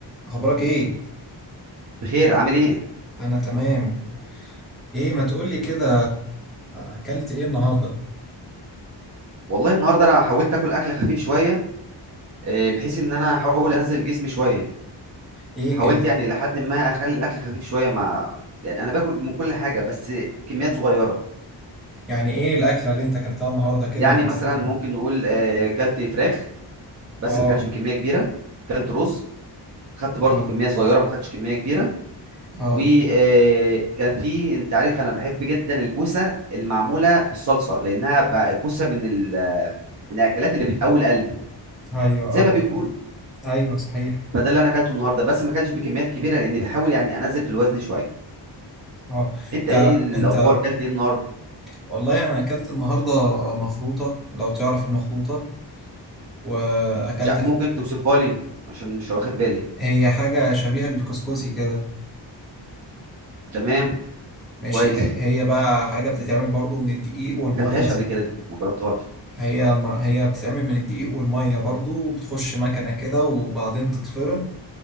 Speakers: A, in the centre; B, on the right.
A: اخبارك ايه
B: بخير عامل ايه
A: انا تمام ايه ما تقولي كده اكلت ايه النهارده
B: والله النهارده انا حاولت اكل اكل خفيف شويه آه، بحيث ان انا احاول انزل جسمي شويه
A: ايه
B: حاولت
A: كان
B: يعني الى حد ما اخلي الاكل خفيف شويه مع يعني انا باكل من كل حاجه بس كميات صغيره
A: يعني ايه الاكله اللي انت اكلتها النهارده كده
B: يعني
A: ما تحكيني
B: مثلا ممكن نقول آه، كلت فراخ
A: اه
B: بس ما كلتش بكميه كبيره كلت رز خدت برضو
A: اه
B: كميه صغيره ما خدتش كميه كبيره
A: اه
B: وكان في انت عارف انا بحب جدا الكوسه المعموله بالصلصه لانها ب- الكوسه من ال من الاكلات اللي بتقوي القلب
A: ايوه
B: زي
A: اه
B: ما بيقولوا
A: ايوه صحيح
B: فده اللي انا اكلته النهارده بس ما اكلتش بكميات كبيره لاني بحاول يعني انزل في الوزن شويه
A: اه
B: انت ايه
A: انت
B: الاخبار
A: انت
B: اكلت ايه النهارده
A: والله انا اكلت النهارده مخروطه لو تعرف المخروطه واكلت
B: لا
A: في...
B: ممكن توصفها لي عشان مش واخد بالي
A: هي حاجه شبيهه للكسكسي كده
B: تمام
A: ماشي
B: كويس
A: هي
B: ما
A: هي بقى حاجه بتتعمل برضو من الدقيق والميه
B: اكلتهاش
A: زي
B: قبل كده دي ما جربتهاش
A: هي ما هي بتتعمل من الدقيق والمية برضو وبتخش مكنة كده وبعدين تتفرم